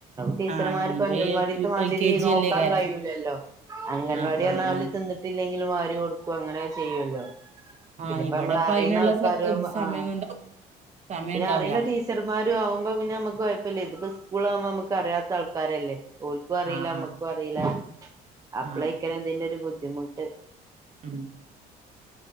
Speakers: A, on the right; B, on the right.
A: ടീച്ചർമാര്ക്കും
B: ആഹ് ഇനിപ്പ
A: അംഗൻവാടിത്തെ
B: ഈ എൽ യു
A: മാതിരി
B: എൽ കെ ജി
A: നോക്കാൻ
B: അല്ലേകാരം
A: കഴിയുല്ലല്ലോ അംഗൻവാടിയാണ
B: ആഹ് ആഹ്
A: അവല്
B: ആഹ്
A: തിന്നിട്ടില്ലെങ്കിലും വാരി കൊടുക്കു അങ്ങനെ ചെയ്യുല്ലോ
B: ആഹ്
A: പിന്നെപ്പ
B: ഇവിടെപ്പ
A: നമ്മളറിയുന്ന
B: അയിനുള്ള
A: ആൾക്കാരുആവുമ്പോ
B: സ സമയൊന്നുണ്ട
A: ആഹ്
B: സമയണ്ടാവൂല
A: പിന്നെ അറിയുന്ന ടീ ടിച്ചാറുമാരു ആവുമ്പാ പിന്നെ അമക്ക് കൊയപ്പല്ല്യര്ന്നു. ഇതിപ്പോ സ്കൂളാ ആവുമ്പോ നമക്ക് അറിയത്ത ആൾകാരല്ലേ ഓൽകു അറീല
B: ആഹ്
A: അമ്മക്കു
B: ആഹ്
A: അറീല അപ്പളെകാരെ
B: ആഹ്
A: ഇതിന്റൊരു ബുദ്ധിമുട്ട്
B: ഉം